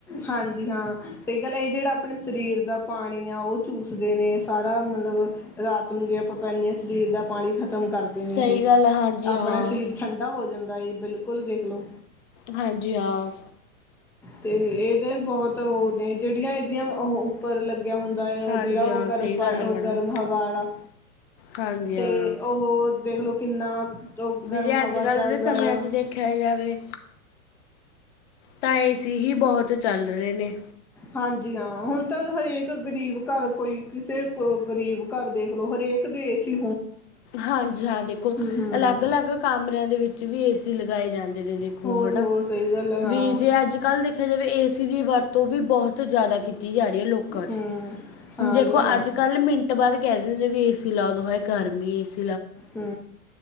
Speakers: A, in the centre; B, on the left.
A: ਹਾਂਜੀ ਹਾਂ ਸਹੀ ਗੱਲ ਇਹ ਜਿਹੜਾ ਆਪਣੇ ਸਰੀਰ ਦਾ ਪਾਣੀ ਆ ਉਹ ਚੂਸਦੇ ਨੇ ਸਾਰਾ ਮਤਲਬ ਰਾਤ ਨੂੰ ਜੇ ਆਪਾਂ ਪੈਂਦੇ ਹਾਂ ਸਰੀਰ ਦਾ ਪਾਣੀ ਖਤਮ ਖ਼ਤਮ ਕਰਦੇ
B: ਸਹੀ
A: ਨੇ ਇਹ
B: ਗੱਲ ਆ ਹਾਂਜੀ
A: ਆਪਣਾ
B: ਹਾਂ
A: ਸਰੀਰ ਠੰਢਾ ਹੋ ਜਾਂਦਾ ਬਿਲਕੁਲ ਦੇਖਲੋ।
B: ਹਾਂਜੀ ਹ।
A: ਅਤੇ ਇਹਦੇ ਬਹੁਤ ਉਹ ਨੇ ਜਿਹੜੀਆਂ ਇਹਦੀਆਂ ਉਹ ਉੱਪਰ ਲੱ ਲੱਗਿਆ ਹੁੰਦਾ ਹੈ ਉਹ
B: ਹਾਂਜੀ
A: ਜਿਹੜਾ ਉਹ
B: ਹਾਂ
A: ਗਰਮ
B: ਸਹੀ
A: ਪਾ
B: ਗੱਲ ਹੈ
A: ਉਹ
B: ਮੈਡਮ
A: ਗਰਮ ਹਵਾ ਵਾਲਾ।
B: ਹਾਂਜੀ
A: ਤੇ
B: ਹਾਂ
A: ਉਹ ਦੇਖਲੋ ਕਿੰਨਾ ਉਹ
B: ਵੀ
A: ਗਰਮ
B: ਜੇ ਅੱਜ
A: ਹਵਾ
B: ਕੱਲ੍ਹ
A: ਚੱਲਦਾ
B: ਦੇ ਸਮਿਆਂ
A: ਆ
B: ਚ ਦੇਖਿਆ ਜਾਵੇ ਤਾਂ ਏ ਸੀ ਹੀ ਬਹੁਤ ਚੱਲ ਰਹੇ ਨੇ।
A: ਹਾਂਜੀ ਹਾਂ ਹੁਣ ਤਾਂ ਹਰੇਕ ਗਰੀਬ ਘਰ ਕੋਈ ਕਿਸੇ ਕੋ ਗਰੀਬ ਘਰ ਦੇਖ ਲਓ ਹਰੇਕ ਸਕਦੇ ਸੀ।
B: ਹਾਂਜੀ ਹਾਂ ਦੇਖੋ
A: ਹੂੰ-ਹੂੰ
B: ਅਲੱਗ ਅਲੱਗ ਕਾਮਰਿਆਂ ਦੇ ਵਿੱਚ ਵੀ ਏ ਸੀ ਲਗਾਏ ਜਾਂਦੇ। ਦੇਖੋ
A: ਹੋਰ-ਹੋਰ
B: ਹਨਾ
A: ਸਹੀ ਗੱਲ ਹੈ ਹਾਂ
B: ਵੀ ਜੇ ਅੱਜ ਕੱਲ ਦੇਖਿਆ ਜਾਵੇ ਏਸੀ ਦੀ ਵਰਤੋਂ ਵੀ ਬਹੁਤ ਜਿਆਦਾ ਕੀਤੀ ਜਾ ਰਹੀ ਹੈ ਲੋਕਾਂ ਚ
A: ਹੂੰ ਹਾਂ
B: ਦੇਖੋ
A: ਇਹ ਤਾਂ ਹੈ
B: ਅੱਜ ਕੱਲ ਮਿੰਟ ਬਾਅਦ ਕਹਿ ਦਿੰਦੇ ਵੀ ਏ ਸੀ ਲਾ ਦੋ ਹੈ ਗਰਮੀ ਏ ਸੀ
A: ਹੂ